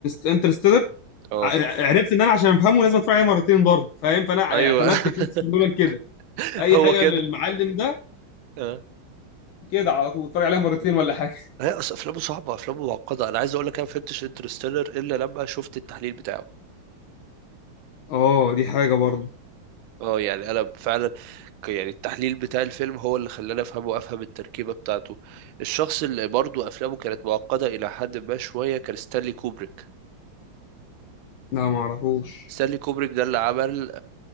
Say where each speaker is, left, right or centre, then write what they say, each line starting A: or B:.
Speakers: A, on the left; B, on the right.
A: انترستيلر
B: اه
A: ع- عرفت ان انا عشان افهمه لازم اتفرج عليه مرتين برضه فاهم فانا اعتمدت
B: أيوه
A: كريستوفر
B: <laughs>
A: نولان كده اي
B: هو
A: حاجه
B: كده
A: للمعلم ده
B: اه
A: كده على طول اتفرج عليها مرتين ولا حاجه
B: هي أصل أفلامه صعبة أفلامه معقدة أنا عايز أقول لك أنا ما فهمتش انترستيلر إلا لما شفت التحليل بتاعه
A: اه دي حاجه برضه
B: اه يعني انا فعلا ك- يعني التحليل بتاع الفيلم هو اللي خلاني افهمه وافهم التركيبه بتاعته الشخص اللي برضه افلامه كانت معقده الى حد ما شويه كان ستانلي كوبريك
A: لا ما اعرفوش
B: ستانلي كوبريك ده اللي عمل